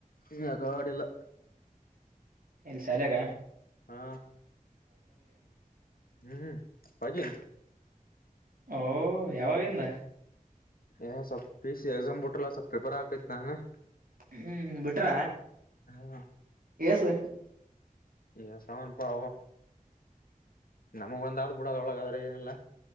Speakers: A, on the left (about 80°); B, on the right (about 80°).
A: ಹ ಕಾಡ್ ಇಲ್ಲ
B: ಎಲ್ಸ ಅಲ್ಲಗ
A: ಹಾ ಹ್ಮ್ ಹ್ಮ್ ಪಾಜನ್
B: ಓ ಯಾವಾವಿಂದ
A: ಏ ಸ್ವಪ್ ಪ ಸಿ ಎಕ್ಸಾಮ್ ಬಟಲ್ಲ ಸ್ವಪ ಪ್ರೇಪೇರ್ ಆಕೈತ್ ನಾನ
B: ಹ್ಮ್ ಬಿಟ್ರ
A: ಹಾ
B: ಸು
A: ಇ ಸಾಮನ್ ಪ ನಮಗ್ ಒಂದಾದ್ ಬಿಡದ ಒಳಗಾದದ್ರೆ ಏನಿಲ್ಲ